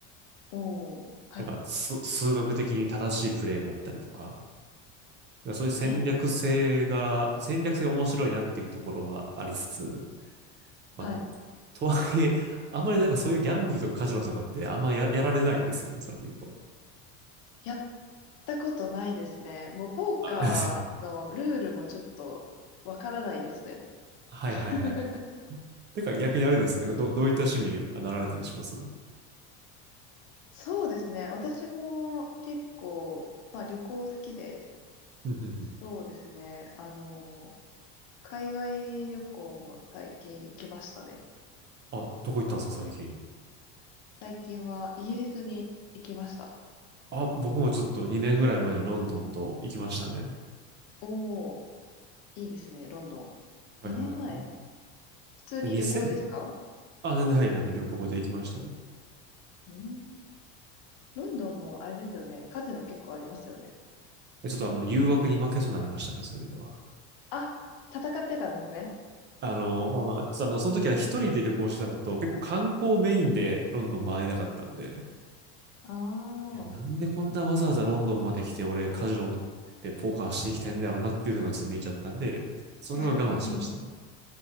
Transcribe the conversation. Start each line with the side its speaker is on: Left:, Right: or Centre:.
Left: おー、はい。
Right: なんかす数学的に正しいプレイがあったりとか、だからそういう戦略性が、
Left: えー、
Right: 戦略性が面白いなっていうところはありつつ、まあ
Left: はい。
Right: とはいえ、あんまりなんかそういうギャンブルとかカジノとかってあんまや、やられないですよね、それで言うと。
Left: やったことないですね。もうポーカーのルールもちょっとわからないですね。
Right: あですよね <laughs> はいはいはいはい。
Left: <laughs>
Right: だから逆にあれですね、ど、どういった趣味あなられたりします
Left: そうですね。私も結構、まあ旅行好きで、
Right: うんうんうん <laughs>
Left: そうですね。あの、海外旅行も最近行きましたね。
Right: あ、どこ行ったんですか、最近。
Left: 最近はイギリスに行きました。
Right: あ、僕もちょっと2年ぐらい前にロンドンと行きましたね。
Left: おー、いいですね、ロンドン。
Right: はいはいは
Left: 2年前普通に旅行ですか
Right: い。2000? あ、全然はい、あの旅行で行きましたよ。
Left: うん。ロンドンもあれですよね。カジノ結構ありますよね。
Right: ちょっとあの、誘惑に負けそうになりましたね、そういう意味では。
Left: あ、戦ってたんですね。
Right: あの、まあまあ、ちょっとあの、その時は一人で旅行してたのと、結構観光メインでロンドン回れなかったんで、
Left: ああ。
Right: えなんでこんなわざわざロンドンまで来て、俺カジノでポーカーしに来てんだろうなっていうのがちょっと見えちゃったんで、それは我慢しましたね。
Left: <laughs>